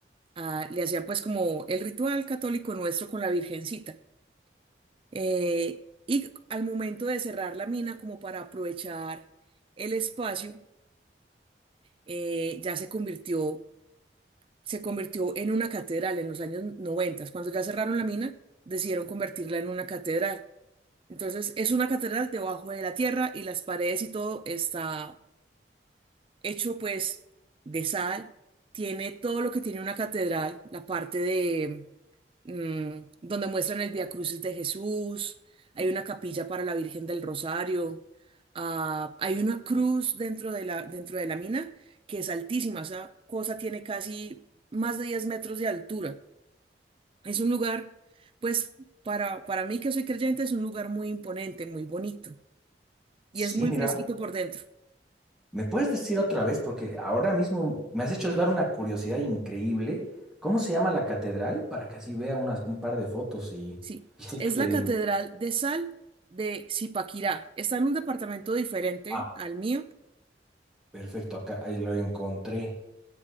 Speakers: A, on the right; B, in the centre.
A: Ah, le hacían pues como el ritual católico nuestro con la Virgencita. Eh, y al momento de cerrar la mina, como para aprovechar el espacio, eh, ya se convirtió, se convirtió en una catedral en los años 90. Cuando ya cerraron la mina, decidieron convertirla en una catedral. Entonces es una catedral debajo de la tierra y las paredes y todo está hecho pues de sal, tiene todo lo que tiene una catedral, la parte de mm, donde muestran el Vía Crucis de Jesús, hay una capilla para la Virgen del Rosario, ah, hay una cruz dentro de la, dentro de la mina que es altísima, esa cosa tiene casi más de 10 metros de altura. Es un lugar, pues para, para mí que soy creyente, es un lugar muy imponente, muy bonito y
B: Sí,
A: es muy
B: mira,
A: fresquito por dentro.
B: ¿me puedes decir otra vez? Porque ahora mismo me has hecho dar una curiosidad increíble. ¿Cómo se llama la catedral? Para que así vea unas, un par de fotos y
A: Sí, es
B: que
A: la
B: diga,
A: Catedral de Sal de Zipaquirá. Está en un departamento diferente
B: Ah,
A: al mío.
B: perfecto, acá ahí lo encontré.